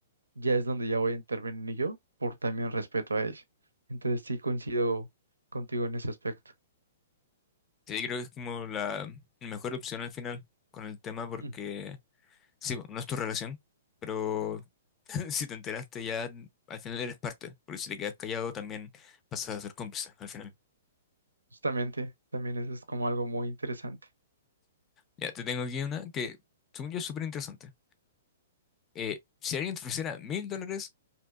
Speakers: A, on the right; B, on the left.
A: ya es donde ya voy a intervenir yo por también respeto a ella. Entonces sí coincido contigo en ese aspecto.
B: sí, creo que es como la la mejor opción al final con el tema porque,
A: Ujú.
B: sí, no es tu relación, pero <laughs> si te enteraste ya, al final eres parte, porque si te quedas callado también pasas a ser cómplice al final.
A: Justamente, también eso es como algo muy interesante.
B: Ya, te tengo aquí una que, según yo, es súper interesante. Eh, si alguien te ofreciera mil dólares